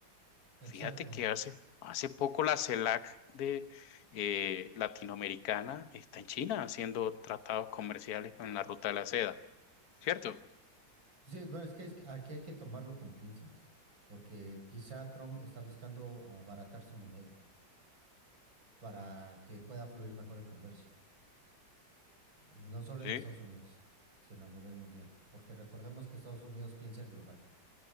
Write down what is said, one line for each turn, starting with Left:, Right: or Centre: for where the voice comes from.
Right: Exacto.
Left: Fíjate que hace, hace poco la CELAC de eh, latinoamericana está en China haciendo tratados comerciales con la ruta de la seda, ¿cierto?
Right: Sí, pero es que, es que aquí hay que tomarlo con pinzas, porque quizá Trump está buscando abaratar su moneda para que pueda fluir mejor el comercio, no solo
Left: Sí,
Right: en Estados Unidos, sino a nivel mundial, porque recordemos que Estados Unidos piensa en global,